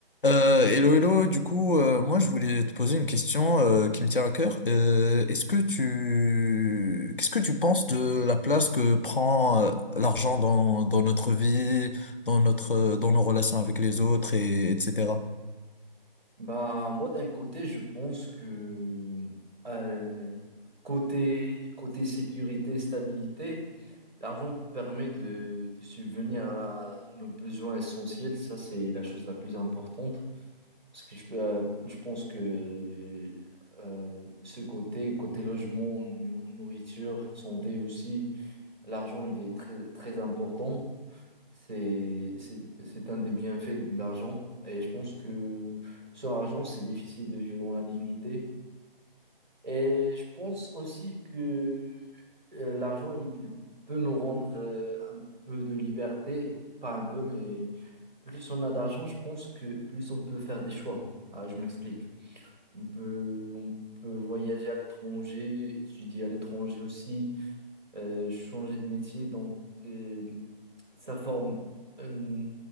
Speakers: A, on the left; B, on the right.
A: Euh, hello, hello, du coup, euh, moi je voulais te poser une question euh, qui me tient à cœur. Euh, est-ce que tu, qu'est-ce que tu penses de la place que prend euh, l'argent dans, dans notre vie, dans notre, dans nos relations avec les autres et etc.
B: Bah, moi, d'un côté, je pense que euh, côté, côté sécurité, stabilité, l'argent permet de, de subvenir à nos besoins essentiels. Ça, c'est la chose la plus importante. Parce que je, euh, je pense que euh, ce côté, côté logement, nu- nourriture, santé aussi, l'argent, il est très, très important. C'est, c'est, c'est un des bienfaits de l'argent. Et je pense que sur l'argent, c'est difficile de vivre dans la dignité. Et je pense aussi que euh, l'argent, il peut nous rendre euh, un peu de liberté. Pas un peu, mais plus on a d'argent, je pense que plus on peut faire des choix. Ah, je m'explique. On peut, on peut voyager à l'étranger, étudier à l'étranger aussi, euh, changer de métier. Donc, euh, ça forme une-